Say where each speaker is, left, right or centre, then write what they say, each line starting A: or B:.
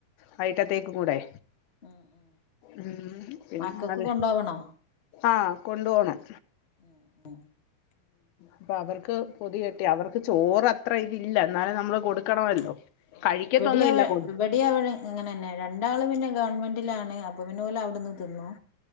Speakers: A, on the left; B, on the left.
A: വൈയിട്ടത്തേക്കും
B: ഉം ഉം
A: കൂടെ
B: ഉം ഉം
A: ഉം പിന്നെ
B: മക്കൾക്ക്
A: അല്ലെ
B: കൊണ്ടോവണോ
A: ആഹ് കൊണ്ട് പോണം
B: ഉം ഉം
A: അപ്പൊ അവർക്ക് പൊതുയെട്ടി അവർ ത് ചോറത്ര ഇതില്ല എന്നാലും നമ്മള് കൊടുക്കണമല്ലോ
B: ആഹ് ആഹ്
A: കഴിക്കത്തൊന്നുമില്ല
B: ഇവിടെ അവ
A: കൊ
B: ഇവിടെ അവ ഇങ്ങനെന്നെ രണ്ടാളും പിന്നെ ഗവൺമെന്റിലാണ് അപൊപി- ഓലവിടുന്ന് തിന്നോ